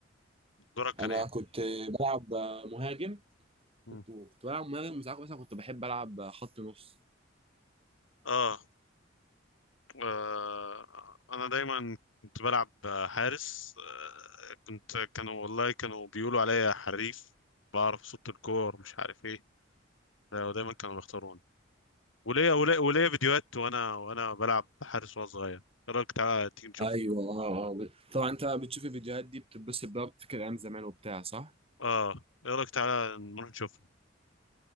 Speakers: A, on the left (about 85°); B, on the right (about 30°).
A: دورك كان
B: انا
A: ايه؟
B: كنت بلعب مهاجم
A: مم.
B: كنت كنت بلعب مهاجم ساعات مثلا كنت بحب العب خط نص
A: اه آه، انا دايما كنت بلعب حارس آه، كنت كانوا والله كانوا بيقولوا عليا حريف بعرف صوت الكور مش عارف ايه آه، ودايما كانوا بيختاروني وليا وليا وليا فيديوهات وانا وانا بلعب حارس وانا صغير ايه رايك تعالى تيجي نشوفها
B: ايوه اه آه. طبعا انت بتشوف الفيديوهات دي بتتبسط بقى بتفكر ايام زمان وبتاع صح
A: اه ايه رايك تعالى نروح نشوفها